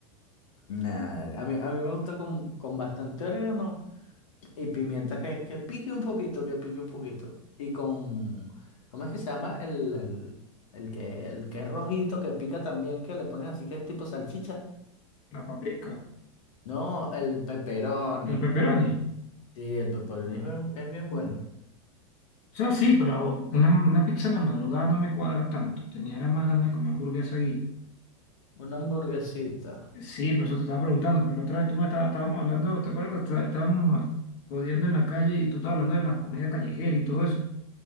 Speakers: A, on the left; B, on the left.
A: Nah, a mí, a mí me gusta con, con bastante orégano y pimienta que, que pique un poquito, que pique un poquito. Y con, ¿cómo es que se llama? El, el, el que, el que es rojito, que pica también, que le ponen así que es tipo salchicha.
B: La paprika,
A: No, el pepperoni.
B: el pepperoni.
A: Sí, el pepperoni es bien, es bien bueno.
B: O sea, sí, pero una, una pizza en la madrugada no me cuadra tanto. Tenía era más ganas de comer hamburguesa
A: Una hamburguesita.
B: Sí, por eso te estaba preguntando, pero la otra vez tú me estabas, estábamos hablando, ¿te acuerdas que está- estábamos eh, jodiendo en la calle y tú estabas hablando de las comidas callejeras y todo eso?